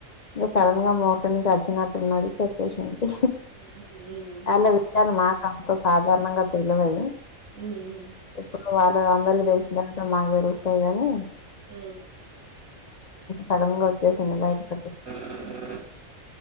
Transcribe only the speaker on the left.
ఇంక
సడన్ గా మోటర్ నుంచి వచ్చినట్టున్నది చెప్పేసింది
వాళ్ళ విషయాలు నాకు అంత సాధారణంగా తెలవవు
ఇప్పుడు వాళ్ళు అందరికి తెలిసినంక మాకు తెలుస్తాయి కానీ
సడెన్గా వచ్చేసింది బయటికి